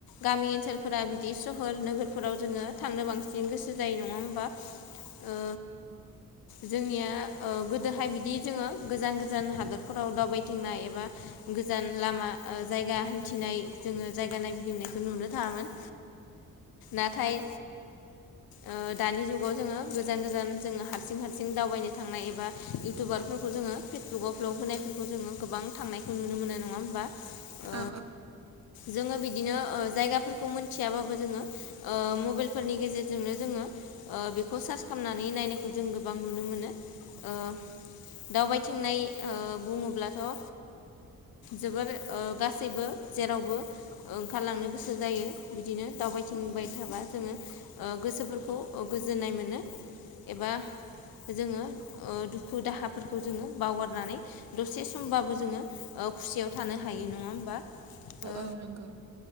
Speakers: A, on the left; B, on the right.
A: गामि ओनसोलफोरा बिदि सहर नोगोरफोराव जोंङो थांनो बांसिन गोसो जायो नंङा होमबा ओ
B: <inaudible>
A: जोंनिया गोदोहाय बिदि जोंङो गोजान गोजान हादरफोराव दावबायथिंनाय एबा गोजान लामा ओ जायगा हान्थिनाय जोंङो जायगा नायगिदिंनायखौ नुनो थांङामोन। नाथाय
B: <inaudible>
A: ओ दानि जुगाव जोंङो गोजान गोजान जोंङो हारसिं हारसिं दावबायनो थांनाय एबा इउटुबारफोरखौ जोंङो फेसबुकआव ब्लग होनायफोरखौ जोंङो गोबां थांनायखौ नुनो मोनो नङा होमबा? ओ
B: औ
A: जोंङो बिदिनो ओ जायगाफोरखौ मोनथियाबाबो जोंङो ओ मबेलफोरनि गेजेरजोंनो जोंङो ओ बेखौ सार्च खालामनानै नायनायखौ जों गोबां नुनो मोनो ओ दावबायथिंनाय ओ बुंङोब्लाथ ओ जोबोर ओ गासैबो जेरावबो ओंखारलांनो गोसो जायो बिदिनो दावबायथिंबाय थाबा जोंङो ओ गोसोफोरखौ गोजोननाय मोनो एबा जोंङो ओ दुखु दाहाफोरखौ जोंङो बावगारनानै दसे समबाबो जोंङो ओ खुसियाव थानो हायो नङा होमबा? ओ
B: औ नंगौ